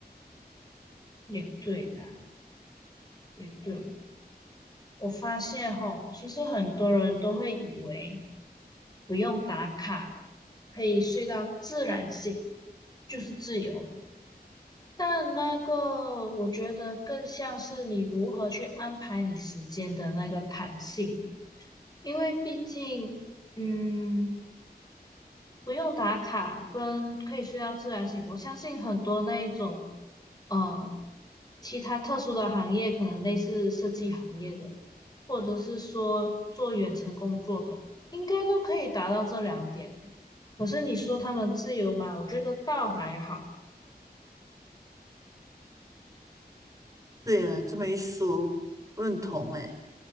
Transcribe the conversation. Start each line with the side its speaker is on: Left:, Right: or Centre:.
Left: 也对啦，也对。我发现吼，其实很多人都会以为不用打卡，可以睡到自然醒，就是自由。但那个，我觉得更像是你如何去安排你时间的那个弹性，因为毕竟，嗯，不用打卡，跟可以睡到自然醒。我相信很多那一种，呃，其他特殊的行业，可能类似设计行业的，或者是说做远程工作的，应该都可以达到这两点。可是你说他们自由嘛，我觉得倒还好。
Right: 对啊，这么一说，认同诶。